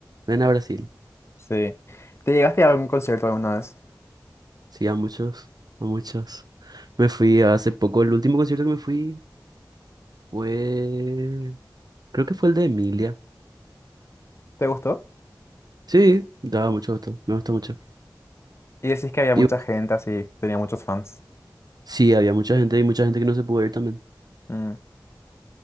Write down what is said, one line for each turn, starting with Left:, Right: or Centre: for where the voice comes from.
Right: Ven a Brasil.
Left: Sí. ¿Te llegaste a algún concierto alguna vez?
Right: Sí, a muchos, a muchos. Me fui hace poco, el último concierto que me fui fue, creo que fue el de Emilia.
Left: ¿Te gustó?
Right: Sí, daba mucho gusto, me gustó mucho.
Left: Y decís que había
Right: Y
Left: mucha
Right: vos-
Left: gente así, tenía muchos fans.
Right: sí, había mucha gente y mucha gente que no se pudo ir también.
Left: Mm.